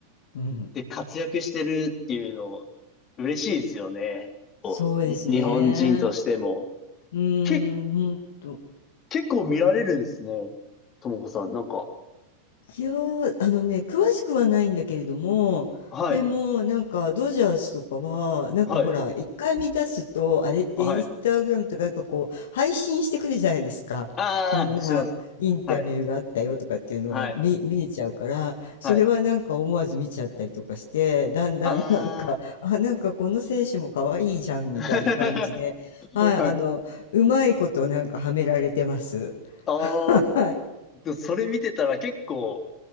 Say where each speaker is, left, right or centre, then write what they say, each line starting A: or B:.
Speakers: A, on the left (about 60°); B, on the left (about 30°).
A: うん。
B: で、活躍してるっていうの、嬉しいですよね。こう、
A: そうですね。
B: に日本人としても。
A: うーん、
B: け、
A: 本当
B: 結構見られるんですね。ともこさん、なんか。
A: いやー、あのね、詳しくはないんだけれども、
B: はい。
A: でも、なんか、ドジャースとかは、なんかほら、
B: はい。
A: 一回見出すと、あれってインスタグラムとか、
B: はい。
A: なんかこう、配信してくるじゃないですか。
B: ああ、
A: こんなインタビューがあったよとかっていうのが見、
B: します。はい。はい。
A: 見えちゃうから、それはなんか思わず見ちゃったりとかして、
B: はい。
A: だんだんなんか、
B: あ
A: あ、なんかこの選手も可愛いじゃんみたいな感じで、
B: あ。<laughs>
A: はい、
B: はい。
A: あの、うまいことなんかはめられてます。<laughs>
B: ああ。でもそれ見てたら結構、